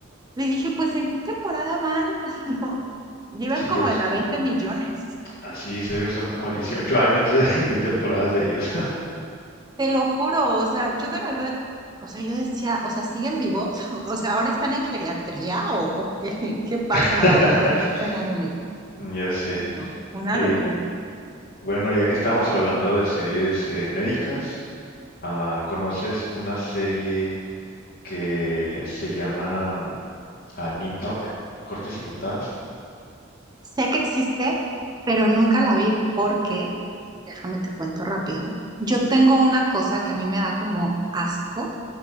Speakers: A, on the right; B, on the left.
A: le dije, pues, ¿en qué temporada van? <laughs> ¿No? Llevan
B: sí,
A: como
B: creo que
A: en
B: es-
A: la 20 millones.
B: así es, eh, son como 18 años de, de temporadas de ellos.
A: Te lo juro, o sea, yo de verdad, o sea, yo decía, o sea, ¿siguen vivos? <laughs> O sea, ¿ahora están en geriatría o, o qué, <laughs> qué pasa
B: <laughs>
A: ahora con Grey's Anatomy?
B: Ya sé.
A: No, una
B: Eh,
A: locura.
B: bueno, ya que estamos hablando de series eh, médicas, ah, ¿conoces una serie que se llama mm, ah, Nip Tuck? ¿Cortes y puntadas?
A: Sé que existe, pero nunca la vi porque, déjame te cuento rápido, yo tengo una cosa que a mí me da como asco